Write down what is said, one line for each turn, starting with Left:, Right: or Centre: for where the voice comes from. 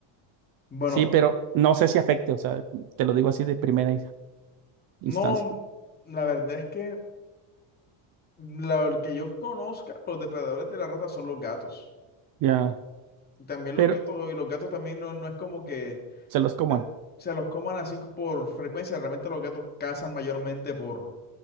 Left: Bueno,
Right: sí, pero no sé si afecte, o sea, te lo digo así de primera instancia.
Left: no, la verdad es que La, el que yo conozca, los depredadores de la rata son los gatos.
Right: Ya.
Left: Y también
Right: Pero
Left: los gatos, y los gatos también no, no es como que
Right: se los coman
Left: de- se los coman así por frecuencia. Realmente los gatos cazan mayormente por,